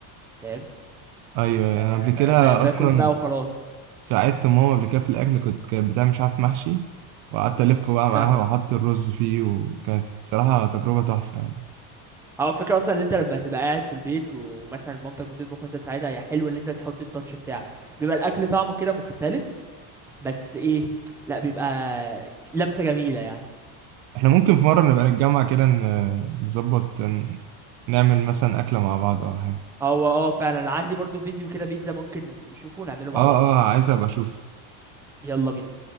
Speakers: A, in the centre; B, on the right.
A: فاهم
B: ايوه يعني
A: ف...
B: انا قبل كده
A: فباكل
B: اصلا
A: بقى وخلاص
B: ساعدت ماما قبل كده في الاكل كنت كانت بتعمل مش عارف محشي وقعدت الف بقى معاها
A: اه
B: واحط الرز فيه وكانت صراحه تجربه تحفه يعني
A: هو الفكره اصلا ان انت لما تبقى قاعد في البيت ومثلا مامتك بتطبخ وانت تساعدها هي حلو ان انت تحط التاتش بتاعك بيبقى الاكل طعمه كده مختلف بس ايه لا بيبقى لمسه جميله يعني
B: احنا ممكن في مره نبقى نتجمع كده ن- نظبط ن- نعمل مثلا اكله مع بعض او حاجه
A: هو اه فعلا عندي برضو فيديو كده بيتزا ممكن نشوفه ونعمله مع
B: اه
A: بعض
B: اه عايز ابقى اشوف
A: يلا بينا